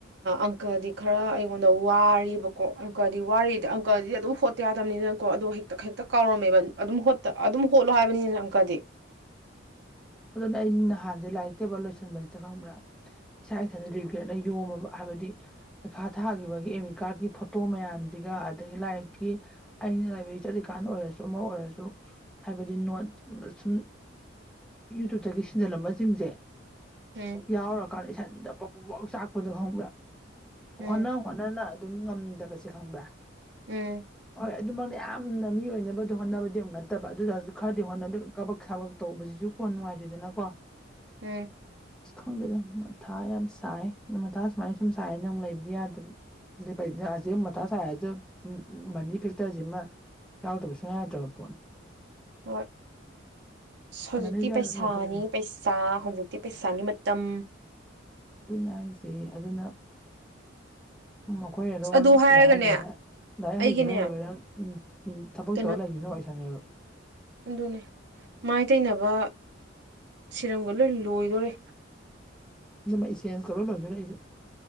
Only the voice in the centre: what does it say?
ꯑꯗꯨꯅ ꯑꯩꯩꯅ ꯅꯍꯥꯟꯁꯦ ꯂꯥꯏꯔꯤꯛ ꯇꯦꯕꯜ ꯂꯣꯏꯁꯟꯕꯁꯤꯗ ꯈꯪꯕ꯭ꯔꯥ ꯏꯁꯥ ꯏꯊꯟꯗ ꯔꯤꯒ꯭ꯔꯦꯠꯅ ꯌꯣꯝꯃꯕ ꯍꯥꯏꯕꯗꯤ ꯄꯩꯈꯥ ꯊꯥꯒꯤꯈꯤꯕꯒꯤ ꯑꯃꯤꯠ ꯀꯥꯔꯠꯀꯤ ꯐꯣꯇꯣ ꯃꯌꯥꯝꯁꯤꯒ ꯑꯗꯒꯤ ꯂꯥꯏꯔꯤꯛꯀꯤ ꯑꯩꯅ ꯂꯥꯏꯕ꯭ꯔꯦꯔꯤ ꯆꯠꯂꯤꯀꯥꯟꯗ ꯑꯣꯏꯔꯁꯨ ꯑꯃ ꯑꯣꯏꯔꯁꯨ ꯍꯥꯏꯕꯗꯤ ꯅꯣꯠ ꯁꯨꯝ- ꯌꯨꯇꯨꯕꯇꯒꯤ ꯁꯤꯟꯖꯜꯂꯝꯕ ꯁꯤꯡꯁꯦ-
ꯌꯥꯎꯔꯀꯥꯟꯗ ꯏꯁꯥꯏꯊꯟꯗ ꯄ꯭ꯔꯣꯛ ꯄ꯭ꯔꯣꯛ ꯆꯥꯛꯄꯗ ꯈꯪꯕ꯭ꯔꯥ
ꯍꯣꯠꯅꯧ ꯍꯣꯠꯟꯅ ꯑꯗꯨꯝ ꯉꯝꯗꯕꯁꯦ ꯈꯪꯕ꯭ꯔꯥ
ꯍꯣꯏ ꯑꯗꯨꯃꯛꯅ ꯌꯥꯝꯅ ꯃꯤ ꯑꯣꯏꯅꯕꯗꯤ ꯍꯣꯠꯅꯕꯗꯤ ꯑꯃꯨꯛ ꯅꯠꯇꯕ ꯑꯗꯨ ꯇꯥꯔꯁꯨ ꯈꯔꯗꯤ ꯍꯣꯠꯅꯗ ꯀꯕꯛ ꯁꯥꯕꯛ ꯇꯧꯕꯁꯤꯁꯨ ꯀꯣꯟ ꯅꯨꯡꯉꯥꯏꯇꯦꯗꯅ ꯀꯣ
ꯑꯁ ꯈꯪꯗꯦꯗ ꯃꯊꯥ ꯌꯥꯝ ꯁꯥꯏ ꯑꯗꯨ ꯃꯊꯥ ꯁꯨꯃꯥꯏꯅ ꯁꯨꯝ ꯁꯥꯏꯌꯦ ꯅ ꯑꯃꯨꯛ ꯂꯩꯕꯗꯤ ꯌꯥꯗꯕ ꯍꯧꯖꯤꯛ ꯃꯊꯥ ꯁꯥꯏꯁꯨꯦ ꯃꯅꯤ ꯐꯦꯛꯇꯔꯁꯤꯃ ꯌꯥꯎꯗꯕꯁꯨꯨꯡꯌꯥ ꯌꯥꯗ꯭ꯔꯕ ꯄꯣꯠꯅꯤ
ꯃꯅꯤꯁꯦ
ꯌꯥꯎꯗꯣꯔꯤꯅꯤ
ꯑꯗꯨꯅ ꯍꯥꯏꯁꯦ ꯑꯗꯨꯅ ꯃꯈꯣꯏ ꯑꯔꯣꯏ
ꯂꯥꯏ ꯍꯩꯒꯦꯗ ꯂꯥꯏꯔꯤꯛ
ꯍꯩꯒꯦꯔꯥ ꯍꯩꯔꯣꯏꯔꯥ ꯎꯝ ꯊꯕꯛ
ꯇꯧꯔꯒ ꯂꯩꯈꯤꯕꯗꯨꯅ ꯋꯥꯏ ꯁꯪꯉꯦꯕ
ꯑꯗꯨ <unintelligible> ꯂꯣꯏꯗꯧꯔꯦ ꯑꯩꯁꯨ